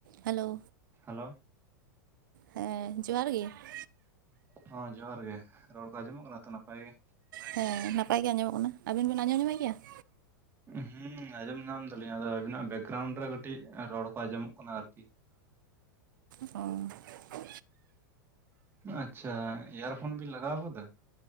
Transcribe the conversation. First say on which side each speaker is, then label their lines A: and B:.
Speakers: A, on the right; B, on the right.
A: ᱦᱮᱞᱳ ᱾
B: ᱦᱮᱞᱳ
A: ᱮᱸ, ᱡᱚᱦᱟᱨ ᱜᱮ ᱾
B: ᱦᱚᱸ‌ ᱡᱚᱦᱟᱨ ᱜᱮ ᱾ ᱨᱚᱲ ᱠᱚ ᱟᱸᱡᱚᱢᱚᱜ ᱠᱟᱱᱟ ᱛᱚ ᱱᱟᱯᱟᱭ ᱜᱮ?
A: ᱦᱮᱸ, ᱱᱟᱯᱟᱭ ᱜᱮ ᱟᱸᱡᱚᱢᱚᱜ ᱠᱟᱱᱟ ᱾ ᱟᱹᱵᱤᱱ ᱵᱤᱱ ᱟᱸᱡᱚᱢ ᱧᱟᱢᱮᱜ ᱜᱮᱭᱟ? <inaudible>
B: ᱦᱩᱸ, ᱟᱸᱡᱚᱢ ᱧᱟᱢ ᱫᱟᱹᱞᱤᱧ ᱾ ᱟᱫᱚ ᱟᱵᱤᱱᱟᱜ ᱵᱮᱠᱜᱨᱟᱣᱩᱱᱰ ᱨᱮ ᱠᱟᱹᱴᱤᱡ ᱨᱚᱲ ᱠᱚ ᱟᱸᱡᱚᱢᱚᱜ ᱠᱟᱱᱟ ᱟᱨᱠᱤ ᱾
A: ᱚ ᱾
B: ᱟᱪᱪᱷᱟ, ᱮᱭᱟᱨ ᱯᱷᱳᱱ ᱵᱤᱱ ᱞᱟᱜᱟᱣ ᱟᱠᱟᱫᱟ?